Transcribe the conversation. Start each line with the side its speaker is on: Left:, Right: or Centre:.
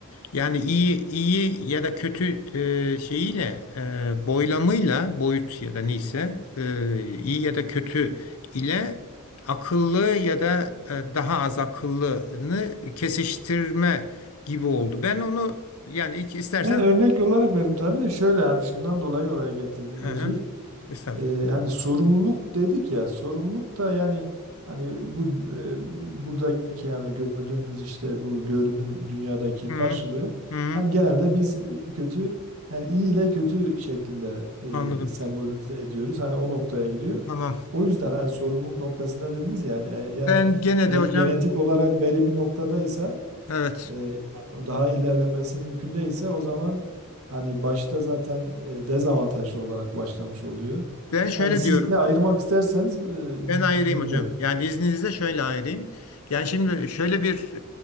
Left: Yani iyi iyi ya da kötü eee, şeyiyle eee, boylamıyla boyut ya da neyse eee, iyi ya da kötü ile akıllı ya da e, daha az akıllını kesiştirme gibi oldu. Ben onu yani ilk istersen
Right: Ben örnek olarak verdim tabii de şöyle yani şundan dolayı oraya getirdim
Left: hı
Right: özür.
Left: hı, estağfurullah.
Right: E, yani sorumluluk dedik ya sorumluluk da yani hani bu e, bu- buradaki yani gördüğümüz işte bu görünen dünyadaki karşılığı
Left: Hı hı, hı hı,
Right: hani genelde biz iyi kötü yani iyi ile kötü şeklinde
Left: anladım.
Right: e, sembolize ediyoruz. Hani o noktaya gidiyor.
Left: Tamam.
Right: O yüzden hani sorumluluk noktasında dediniz yani e, yani
Left: Ben gene
Right: eğer
Left: de hocam
Right: genetik olarak belli bir noktadaysa
Left: Evet.
Right: e, yani o daha ilerlemesi mümkün değilse o zaman hani başta zaten e, dezavantajlı olarak başlamış oluyor.
Left: Ben şöyle
Right: Yani siz
Left: diyorum.
Right: yine ayırmak isterseniz e,
Left: Ben ayırayım
Right: dinliyorum.
Left: hocam. Yani izninizle şöyle ayırayım. Yani şimdi şöyle bir